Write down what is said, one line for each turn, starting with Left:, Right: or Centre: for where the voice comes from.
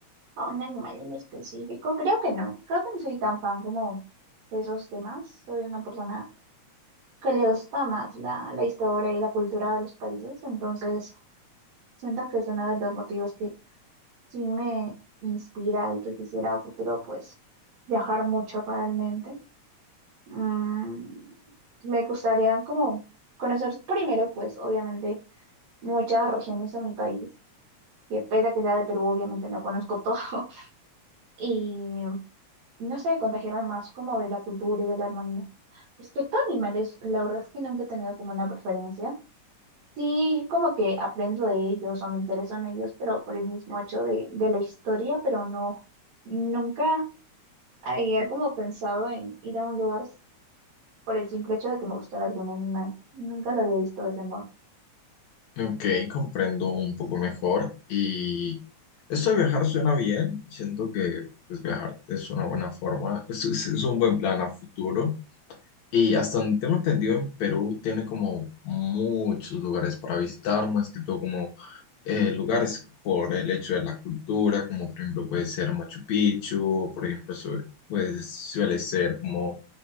Right: a un animal en específico, creo que no, creo que no soy tan fan como de esos temas, soy una persona que le gusta más la, la historia y la cultura de los países, entonces siento que es uno de los motivos que sí me inspira y que quisiera a futuro pues viajar mucho realmente. Mm, me gustaría como conocer primero pues obviamente muchas regiones de mi país, que pese a que sea de Perú, obviamente no conozco todo, <laughs> y no sé, contagiarme más como de la cultura y de la armonía. Respecto a animales, la verdad es que nunca he tenido como una preferencia. Sí, como que aprendo de ellos o me intereso en ellos, pero por el mismo hecho de, de la historia, pero no, nunca había como pensado en ir a un lugar por el simple hecho de que me gustara algún animal. Nunca lo había visto de ese modo.
Left: Ok, comprendo un poco mejor. Y esto de viajar suena bien. Siento que pues, viajar es una buena forma, es, es- es un buen plan a futuro. Y hasta donde tengo entendido, en Perú tiene como muchos lugares para visitar, más que todo como eh, lugares por el hecho de la cultura, como por ejemplo puede ser Machu Picchu, o por ejemplo su- pues, suele ser como